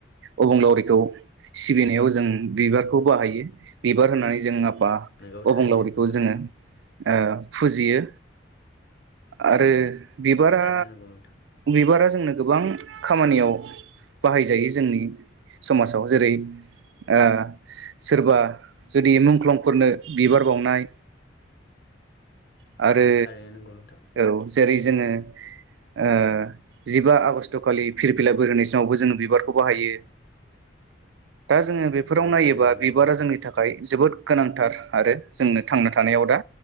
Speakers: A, on the right (about 75°); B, on the left (about 55°).
A: अबंलावरिखौ सिबिनायाव जों बिबारखौ बाहायो बिबार होननानै जों बा
B: नंगौ थारैनो
A: अबंलाव बेखौ
B: नोंथां
A: जोङो ओ फुजियो आरो बिबारा
B: थारैनो नंगौ नोंथां
A: बिबारा जोंनो गोबां खामानियाव बाहायजायो जोंनि समाजाव जेरै ओ सोरबा जुदि मुंख्लंफोरनो बिबार बावनाय <unintelligible> आरो
B: औ थारैनो नंगौ नोंथां
A: औ जेरै जोङो ओ जिबा आगष्ट खालि फिरफिला बिरहोनाय समावबो जोो बिबारखौ बाहायो दा जोङो बेफोराव
B: औ
A: नायोबा
B: थारैनो नंगौ
A: बिबारा
B: नोंथां
A: जोंनि थाखाय जोबोद गोनांथार आरो जोंनो थांनो थानायाव दा